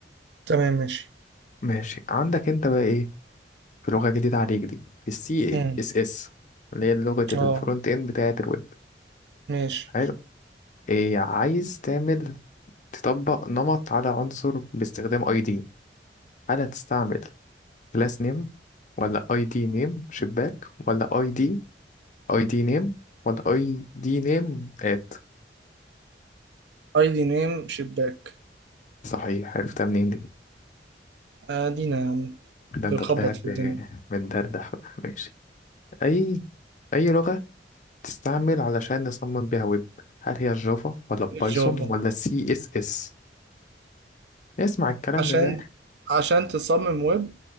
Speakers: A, on the right; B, on the left.
A: تمام ماشي
B: ماشي عندك انت بقى ايه في لغة جديدة عليك دي في السي
A: امم
B: اس اس اللي هي لغة الفرونت
A: اه
B: اند بتاعة الويب
A: ماشي
B: حلو إيه عايز تعمل تطبق نمط على عنصر باستخدام اي دي هل هتستعمل كلاس نيم ولا اي دي نيم شباك ولا اي دي اي دي نيم ولا اي دي نيم ات
A: اي دي نيم شباك
B: صحيح عرفتها منين دي
A: ادينا يا عم
B: ده انت
A: بنخبط
B: طلعت
A: في الدنيا
B: آه، متدردح بقى. ماشي اي اي لغة تستعمل علشان نصمم بيها ويب هل هي الجافا ولا بايثون
A: جافا
B: ولا سي اس اس نسمع الكلام
A: عشان
B: ده ده
A: عشان تصمم ويب